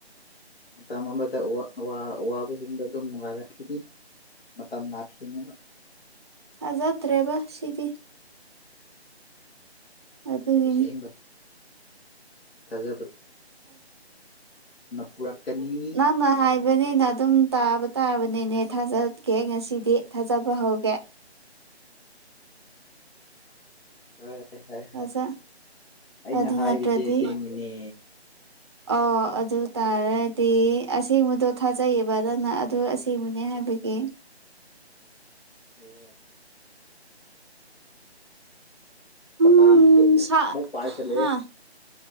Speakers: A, on the left (about 65°); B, on the right (about 25°).
A: ꯃꯇꯝ ꯑꯃꯗ ꯑꯕꯁꯤꯡꯗꯣ ꯑꯗꯨꯝ ꯅꯨꯡꯉꯥꯏꯔꯛꯈꯤꯅꯤ ꯃꯇꯝ ꯂꯥꯛꯈꯤꯅꯦꯕ
B: ꯊꯥꯖꯗ꯭ꯔꯦꯕ ꯁꯤꯗꯤ ꯑꯗꯨꯒꯤꯅꯤ
A: ꯁꯦꯡ ꯊꯖ ꯄꯨꯔꯛꯀꯅꯤ
B: ꯅꯪ ꯅ ꯍꯥꯏꯕꯅꯤꯅ ꯑꯗꯨꯝ ꯇꯥꯕ ꯇꯥꯕꯅꯤꯅꯦ ꯊꯥꯖꯀꯦ ꯉꯁꯤꯗꯤ ꯊꯥꯖꯕ ꯍꯧꯒꯦ
A: ꯍꯣꯏ ꯍꯣꯏ
B: ꯊꯥꯖ
A: ꯍꯣꯏꯣꯏ ꯑꯩꯅ
B: ꯑꯗꯨ
A: ꯍꯥꯏꯕꯁꯦꯁꯦꯡꯕꯅꯦ
B: ꯅꯠꯇ꯭ꯔꯗꯤ ꯑꯣ ꯑꯗꯨ ꯇꯥꯔꯗꯤ ꯑꯁꯦꯡꯕꯗꯣ ꯊꯥꯖꯩꯌꯦꯕ ꯅꯪꯅ ꯑꯗꯨ ꯑꯁꯦꯡꯕꯅꯦ ꯍꯥꯏꯕꯒꯤ ꯑꯦꯦ
A: ꯑꯣ
B: ꯎꯝ
A: ꯀꯥꯡꯁꯤꯗꯤ
B: ꯁꯥ
A: ꯑꯃꯨꯛ ꯄꯥꯏꯁꯤꯜꯂꯦ
B: ꯍꯥ